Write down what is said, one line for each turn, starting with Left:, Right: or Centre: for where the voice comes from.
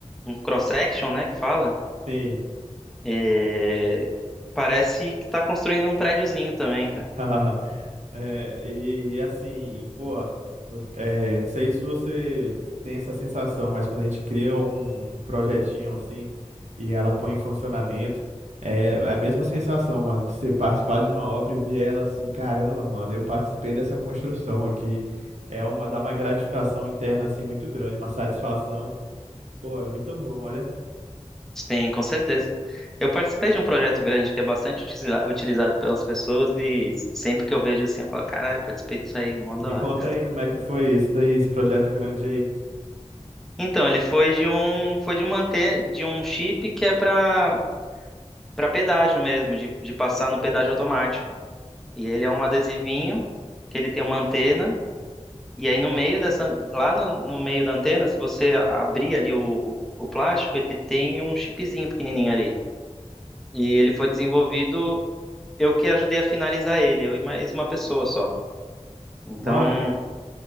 Centre: um cross-section, né, que fala.
Right: Sim.
Centre: É, Parece que tá construindo um prédiozinho também, cara.
Right: <laughs> É, e, e assim, pô, você- é, não sei se você tem essa sensação, mas quando a gente cria um um projetinho assim e ela põe em funcionamento, é é a mesma sensação, mano, de você participar de uma obra e ver ela assim, caramba, mano, eu participei dessa construção aqui. É uma, dá uma gratificação interna assim muito grande, uma satisfação. Pô, é muito bom, olha.
Centre: Sim, com certeza. Eu participei de um projeto grande que é bastante utiliza- utilizado pelas pessoas e sempre que eu vejo assim, eu falo, caralho, participei disso aí, mó da
Right: Me conta
Centre: hora.
Right: aí como é que foi esse daí, esse projeto grande aí.
Centre: Então, ele foi de um, foi de um manter, de um chip que é para para pedágio mesmo, de, de passar no pedágio automático. E ele é um adesivinho que ele tem uma antena E aí no meio dessa, lá no, no meio da antena, se você a- abrir ali o, o, o plástico, ele tem um chipzinho pequenininho ali. E ele foi desenvolvido, eu que ajudei a finalizar ele, eu e mais uma pessoa só. Então,
Right: Mano,